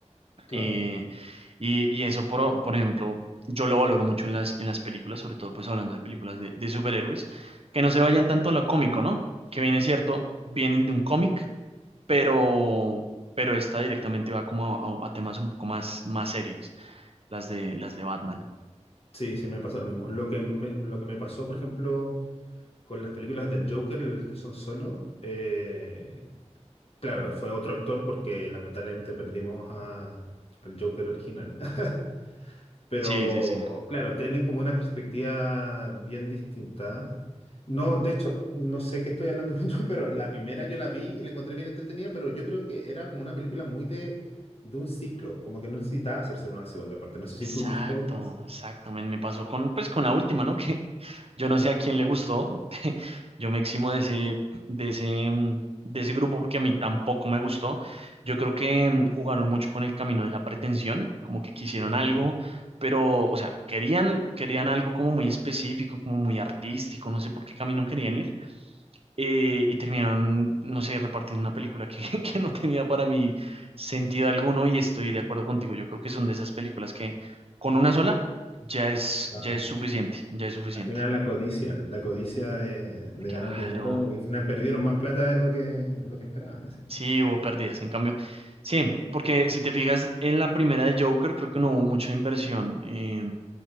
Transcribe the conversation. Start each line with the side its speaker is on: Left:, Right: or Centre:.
Left: claro.
Right: Eh, y, y eso, por, por ejemplo, yo lo valoro mucho en las, en las películas, sobre todo pues hablando de películas de, de superhéroes, que no se vayan tanto a lo cómico, ¿no? Que bien es cierto, vienen de un cómic, pero, pero esta directamente va como a, a- a temas un poco más, más serios las de, las de Batman.
Left: Sí, sí, me pasa lo mismo. Lo que me, lo que me pasó, por ejemplo, con las películas del Joker, las que son solo, eh, claro, fue otro actor porque lamentablemente perdimos a- al Joker original. <laughs> Pero,
Right: Sí, sí, sí.
Left: claro, tienen como una perspectiva bien distinta. No, de hecho, no sé qué estoy hablando <laughs> mucho, pero la primera yo la vi y la encontré bien entretenida, pero yo creo que era como una película muy de, de un ciclo, como que no necesitaba hacerse una segunda parte. No sé si
Right: Exacto,
Left: tú viste esas.
Right: exacto. men, Me, pasó con, pues, con la última, ¿no? <laughs> Que yo no sé a quién le gustó. <laughs> Yo me eximo de ese, de ese, mm, de ese grupo porque a mí tampoco me gustó. Yo creo que mm, jugaron mucho con el camino de la pretensión, como que quisieron
Left: Mm.
Right: algo, pero, o sea, querían, querían algo como muy específico, como muy artístico, no sé por qué camino querían ir, eh, y terminaron, no sé, repartiendo una película que, <laughs> que no tenía para mí sentido alguno y estoy de acuerdo contigo. Yo creo que son de esas películas que con una sola ya es,
Left: Ah,
Right: ya es suficiente, ya es suficiente.
Left: Al final la codicia, la codicia de, de
Right: Claro,
Left: ganar dinero, y al final perdieron más plata de lo que, lo que esperaban, así que...
Right: sí, hubo pérdidas. En cambio, sí, porque si te fijas en la primera de Joker, creo que no hubo mucha inversión eh,